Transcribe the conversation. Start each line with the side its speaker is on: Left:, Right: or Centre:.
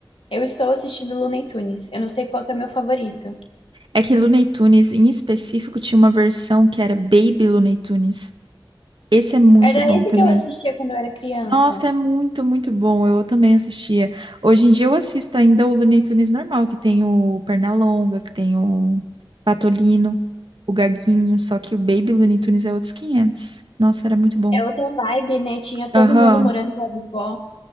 Left: eu estou assistindo Looney Tunes. Eu não sei qual que é meu favorito.
Right: É que Looney Tunes, em específico, tinha uma versão que era Baby Looney Tunes. Esse é muito
Left: Era
Right: bom
Left: esse
Right: também.
Left: que eu assistia quando eu era criança.
Right: Nossa, é muito, muito bom. Eu também assistia. Hoje em dia eu assisto ainda o Looney Tunes normal, que tem o Pernalonga, que tem o Patolino, o Gaguinho, só que o Baby Looney Tunes é outros quinhentos Nossa, era muito bom.
Left: É outra vibe, né? Tinha todo
Right: Aham.
Left: mundo morando com a vovó.